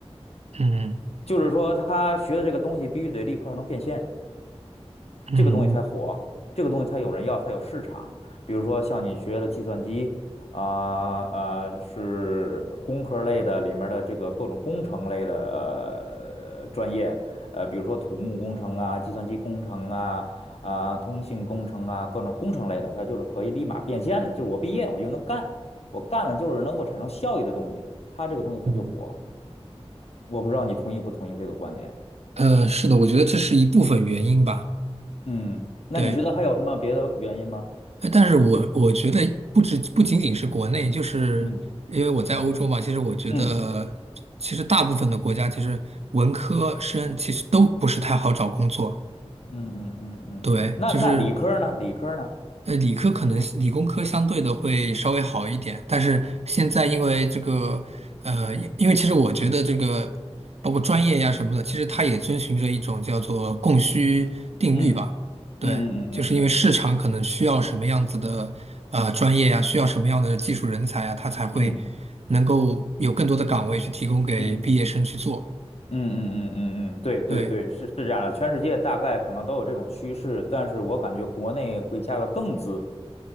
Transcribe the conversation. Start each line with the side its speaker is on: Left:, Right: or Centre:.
Right: 嗯
Left: 就是说他学的这个东西必须得立刻能变现，
Right: 嗯
Left: 这个东西才火，这个东西才有人要，才有市场。比如说像你学的计算机啊啊、是工科类的里面的这个各种工程类的呃专业，呃，比如说土木工程啊、计算机工程啊、啊、通信工程啊，各种工程类的，它就是可以立马变现的，就是我毕业我就能干，我干了就是能够产生效益的东西，它这个东西它就火。
Right: 嗯，
Left: 我不知道你同意不同意这个观点。
Right: 呃，是的，我觉得这是一部分原因吧。
Left: 嗯，那你觉得还有什么别的原因吗？
Right: 对，呃但是我我觉得不止不仅仅是国内，就是因为我在欧洲嘛，
Left: 嗯
Right: 其实我觉得其实大部分的国家其实文科生其实都不是太好找工作。
Left: 嗯嗯嗯嗯嗯嗯，
Right: 对，
Left: 那那理科儿呢？
Right: 就是
Left: 理科儿呢？
Right: 呃，理科可能理工科相对的会稍微好一点，但是现在因为这个，呃，因因为其实我觉得这个，包括专业呀什么的，其实它也遵循着一种叫做供需定律吧。
Left: 嗯
Right: 对，
Left: 嗯嗯嗯嗯
Right: 就是因为市场可能需要什么样子的呃专业呀，需要什么样的技术人才呀，它才会
Left: 嗯
Right: 能够有更多的岗位去提供给毕业生去做。
Left: 嗯嗯嗯嗯嗯嗯，对对对，
Right: 对，
Left: 是是这样的，全世界大概可能都有这种趋势，但是我感觉国内会加个“更”字，